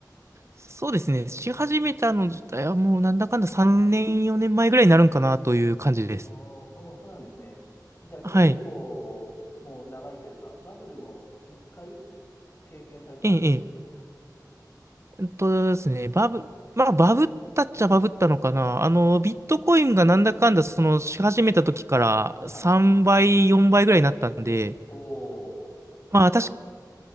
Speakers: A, on the right (about 40°); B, on the left (about 35°).
A: そうですね。し始めたの自体はもうなんだかんだ3年、4年前ぐらいになるんかなという感じです。
B: あーあー、そうなんですね。じゃあもう結構もう長いというか、
A: はい。
B: バブルも1回経験されてます
A: ええ、ええ。えっとですね、バブ、まあ、バブったっちゃバブったのかな。あの、ビットコインがなんだかんだ、その、し始めた時から3倍、
B: はい。
A: 4倍ぐらいになったんで、
B: おお、
A: まあ、私、